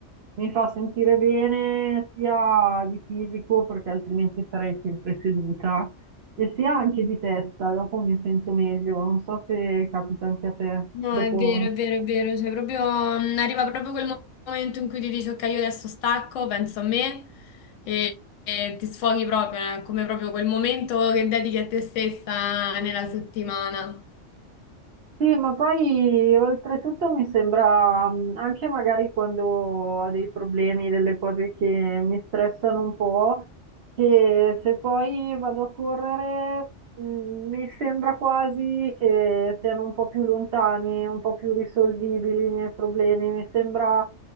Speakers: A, on the right; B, on the left.
A: mi fa sentire bene sia di fisico, perché altrimenti sarei sempre seduta e sì, anche di testa, dopo mi sento meglio, non so se capita anche a te,
B: No,
A: dopo
B: è vero, è vero, è vero. Cioè, proprio, mm, arriva proprio quel mo- momento in cui ti dici, ok, io adesso stacco, penso a me e, e ti sfoghi proprio, eh, come proprio quel momento che dedichi a te stessa nella settimana.
A: Sì, ma poi oltretutto mi sembra mh, anche magari quando ho dei problemi, delle cose che mi stressano un po', che se poi vado a correre, mh, mi sembra quasi che siano un po' più lontani, un po' più risolvibili i miei problemi. Mi sembra